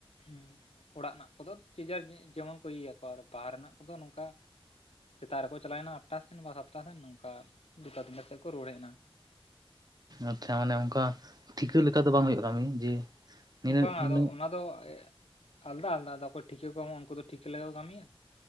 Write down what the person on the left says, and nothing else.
ᱦᱩᱸ ᱚᱲᱟᱜ ᱨᱮᱱᱟᱜ ᱠᱚᱫᱚ ᱡᱮ ᱡᱟᱨ ᱡᱮᱢᱚᱱ ᱠᱚ ᱤᱭᱟᱹ ᱭᱟᱠᱚ ᱟᱨ ᱵᱟᱦᱟᱨ ᱨᱮᱱᱟᱜ ᱠᱚ ᱫᱚ ᱱᱚᱝᱠᱟ ᱥᱮᱛᱟᱜ ᱨᱮᱠᱚ ᱪᱟᱞᱟᱣᱱᱟ ᱟᱴᱴᱟ ᱥᱮᱱ ᱵᱟ ᱥᱟᱛᱴᱟ ᱥᱮᱱ ᱱᱚᱝᱠᱟ ᱫᱩᱴᱟ ᱛᱤᱱᱴᱟ ᱥᱮᱫ ᱠᱚ ᱨᱩᱣᱟᱹᱲ ᱦᱮᱡ ᱮᱱᱟ
ᱵᱟᱝ
ᱟᱫᱚ ᱚᱱᱟ ᱫᱚ ᱟᱞᱟᱫᱟ ᱟᱞᱟᱫᱟ ᱟᱞᱟᱫᱟ ᱫᱟᱠᱚ ᱴᱷᱤᱠᱟᱹ ᱠᱚ ᱮᱢᱟ ᱩᱱᱠᱩ ᱫᱚ ᱴᱷᱤᱠᱟᱹ ᱞᱮᱠᱟ ᱠᱚ ᱠᱟᱹᱢᱤᱭᱟ